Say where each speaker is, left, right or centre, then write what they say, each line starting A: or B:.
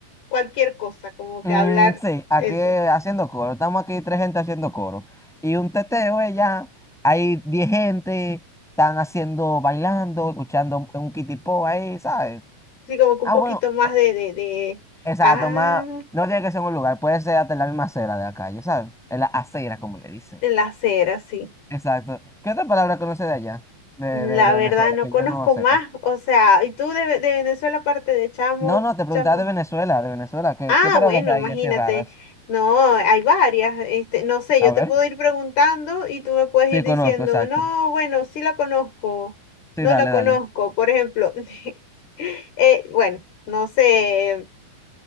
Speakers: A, on the left; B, in the centre.
A: cualquier cosa, como
B: Mm,
A: que hablar
B: sí, aquí
A: eso.
B: haciendo coro. Estamos aquí tres gente haciendo coro. Y un teteo es ya, hay diez gente, están haciendo, bailando, escuchando un, un kitipo ahí, ¿sabes?
A: Sí, como que
B: Ah,
A: un poquito
B: bueno,
A: más
B: eh,
A: de, de, de,
B: exacto,
A: ah,
B: más, no tiene que ser en un lugar, puede ser hasta en la misma acera de la calle, ¿sabes? En la acera, como le dicen.
A: el hacer, sí.
B: Exacto. ¿Qué otra palabra conoce de allá, de,
A: La
B: de, de Venezuela,
A: verdad, no
B: que
A: conozco
B: yo no sepa?
A: más. O sea, y tú de, de Venezuela, aparte de Chamo,
B: No, no, te preguntaba
A: chama?
B: de Venezuela, de Venezuela. ¿Qué,
A: Ah,
B: qué palabras
A: bueno,
B: hay
A: imagínate.
B: así raras?
A: No, hay varias. Este, no sé,
B: A
A: yo
B: ver.
A: te puedo ir preguntando y tú me puedes
B: Sí,
A: ir diciendo,
B: conozco, exacto.
A: no, bueno, sí la conozco,
B: Sí,
A: no
B: dale,
A: la conozco.
B: dale.
A: Por ejemplo, <laughs> eh, bueno, no sé